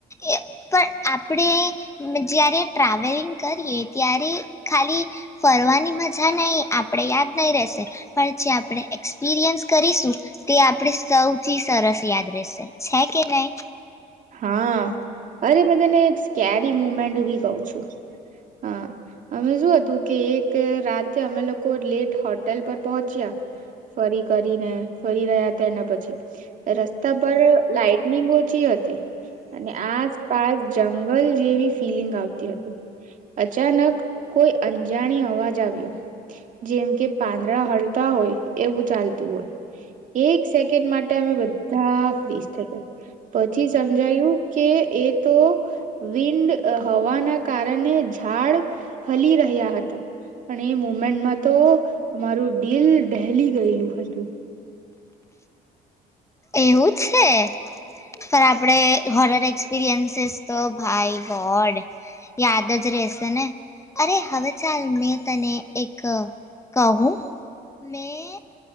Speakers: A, on the left; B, on the right.
A: એ પણ આપણે જયારે ટ્રાવેલિંગ કરીએ ત્યારે ખાલી ફરવાની મજા નહી આપણે યાદ નહી રશે પણ જે આપણે એક્સપિરિયન્સ કરીશું તે આપણે સૌથી સરસ યાદ રહેશે છે કે નહી.
B: હા અરે મેં તને એક સ્કેરી મુમેન્ટ બી કઉ છું હા અમે શું હતું કે એક રાતે અમે લોકો લેટ હોટેલ પર પહોંચ્યા ફરી કરીને ફરી રહ્યા હતા એના પછી રસ્તા પર લાાઈટનિંગ ઓછી હતી. અને આસપાસ જંગલ જેવી ફિલિંગ આવતી હતી અચાનક કોઈ અંજાણી અવાજ આવ્યો જેમ કે પાંદડા હળતા હોય એવું ચાલતું હોય એક સેકન્ડ માટે અમે બધા ફસ થ પછી સમજાયું કે એ તો વિન્ડ હવાના કારણે ઝાડ હલી રહ્યા હતા પણ એ મુમેન્ટમાં તો અમારું દિલ ડહેલી ગયેલું હતું.
A: એવું છે પણ આપણે હોરર એક્સપિરિયન્સીસ તો ભાઈ ગોડ યાદ જ રહેશે ને અરે હવે ચાલ મેં તને એક કહું મેં